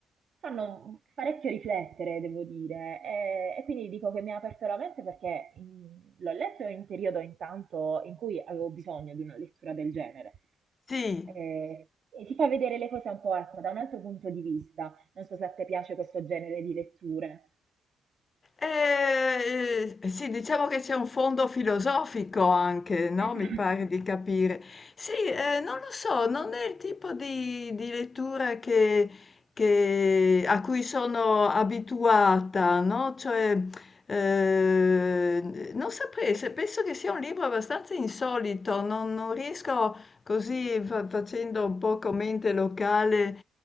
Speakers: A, on the right; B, on the left.
A: fanno parecchio riflettere, devo dire, e, e quindi dico che mi ha aperto la mente perché in- l'ho letto in un periodo intanto in cui avevo bisogno di una lettura del genere.
B: sì.
A: E, e ti fa vedere le cose un po', ecco, da un altro punto di vista. Non so se a te piace questo genere di letture.
B: Eh, eh, sì, diciamo che c'è un fondo filosofico anche, no?
A: Esatto.
B: Mi pare di capire. Sì, eh, non lo so, non è il tipo di, di lettura che, che- a cui sono abituata, no? Cioè, eh, non saprei, se- penso che sia un libro abbastanza insolito, non, non riesco così fa- facendo un po' come mente locale